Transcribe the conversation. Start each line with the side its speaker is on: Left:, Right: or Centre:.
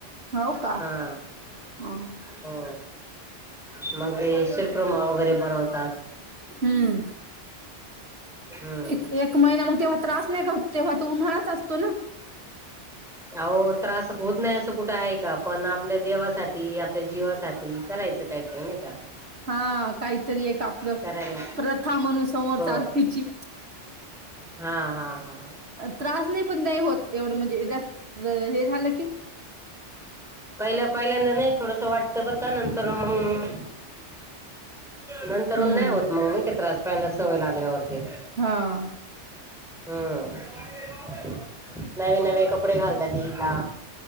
Right: हो का
Centre: हा
Right: हा
Centre: हो. मग ते शिरप्रमा वगैरे. बनवतात
Right: हम्म
Centre: हम्म
Right: एक एक महिना मग तेव्हा त्रास. नाही का तेव्हा तो उन्हाळाच असतो ना.
Centre: अह त्रास होत नाही असं कुठे आहे का पण आपल्या देवासाठी आपल्या जीवासाठी. करायचं काहीतरी नाही का
Right: हा काहीतरी एक आपलं
Centre: करायला
Right: प्रथा म्हणून. समोर
Centre: हो
Right: चालवायची.
Centre: हा हा हा
Right: त्रास नाही पण नाही होत एवढं म्हणजेद हे झालं की
Centre: पहिला पहिल्यांदा नाही थोडस वाटत बर नंतर मंग. नंतर
Right: हम्म
Centre: नाही होत मग न कि त्रास पंद सवय लागल्यावरती.
Right: हा
Centre: हम्म नवे नवे. कपडे घालत्या तीज ला.